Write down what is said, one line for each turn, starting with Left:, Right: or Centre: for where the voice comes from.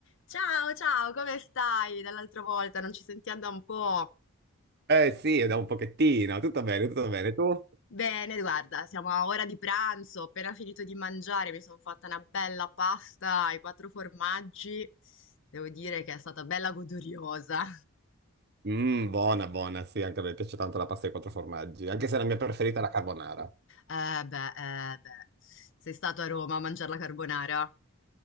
Left: Ciao, ciao, come stai? Dall'altra volta non ci sentiamo da un po'.
Right: Eh sì, è da un pochettino, tutto bene, tutto bene. Tu?
Left: Bene, guarda, siamo a ora di pranzo, ho appena finito di mangiare, mi sono fatta una bella pasta ai quattro formaggi. Devo dire che è stata bella goduriosa.
Right: Mm, buona, buona, sì, anche a me piace tanto la pasta ai quattro formaggi, anche se la mia preferita è la carbonara.
Left: Eh beh, eh beh, sei stato a Roma a mangiare la carbonara?